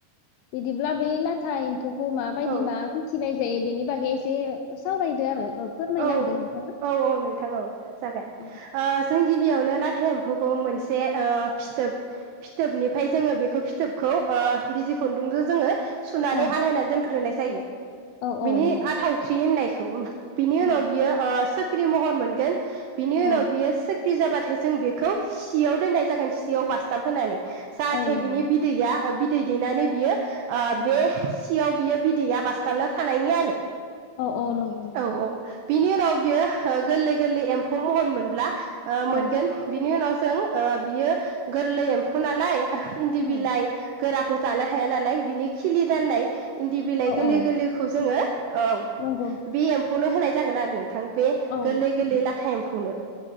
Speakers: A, on the left; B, on the right.
A: बिदिब्ला बै लाथा एम्फौ खौ मा
B: औ
A: बायदि मा फिसिनाय जायो बेनि बागै एसे सावरायदो आरो। फोरमायना
B: औ
A: होदो नोंथाङा
B: औ औ नोंथां औ जागोन
A: औ
B: ओ जों गिबियावनो लाथा एम्फौ खौ मोनसे ओ फिथोब फिथोबनिफ्राय जोङो बेखौ फिथोबखौ ओ बिजि खुन्दुंजों जोङो सुनानै
A: औ
B: आलायना दोनग्रोनाय जायो।
A: औ औ
B: बिनि
A: नंगौ
B: आथावख्रि होननाय स <unintelligible> बिनि
A: औ
B: उनाव बियो ओ सो ख्रि महर मोनगोन। बिनि
A: औ
B: उनाव बियो सो सिखिरि जाबाथाय जों बेखौ सियाव दोननाय जागोन सियाव बास्थाब होनानै। जाहाथे
A: औ नंगौ
B: बिनि
A: नंगौ
B: बिदैया ओ बिदै दैनानै बियो ओ
A: औ
B: बे सियाव बियो बिदैया बास्थाबना थानायनि आरो
A: औ औ नंगौ न <unintelligible>
B: औ बिनि उनाव बियो ओ गोरलै गोरलै एम्फौ महर मोनब्ला बि ओ
A: औ
B: मोनगोन बिनि उनाव जों ओ बियो गोरलै एम्फौ नालाय इन्दि
A: औ
B: बिलाइ गोरा खौ जानो हाया नालाय बिनि खिलि जेननाय इन्दि बिलाइ
A: औ
B: गोरलै
A: औ
B: गोरलैखौ जोङो औ
A: नंगौ
B: बे एम्फौ नो होनाय जागोन आरो नोंथ थां बे
A: औ
B: गोरलै
A: नंगौ
B: गोरलै लाथा एम्फौनो